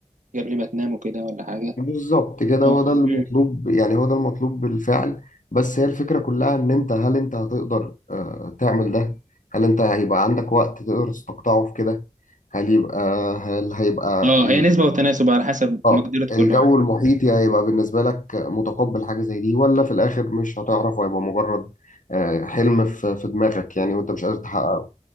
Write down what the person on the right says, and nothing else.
قبل ما تنام وكده ولا حاجة
اه
مم.
اه
هي نسبة وتناسب على حسب
مقدرة
كل واحد